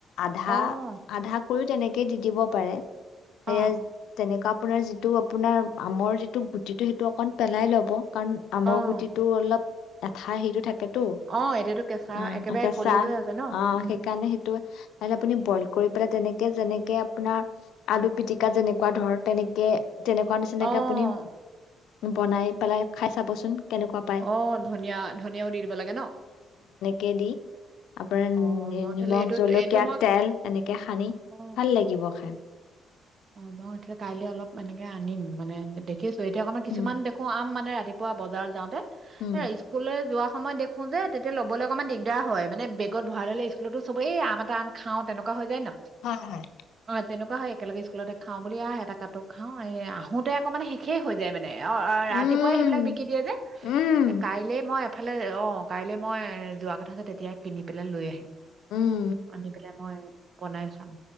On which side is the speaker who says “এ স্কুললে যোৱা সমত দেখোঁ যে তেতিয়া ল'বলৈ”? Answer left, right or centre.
Right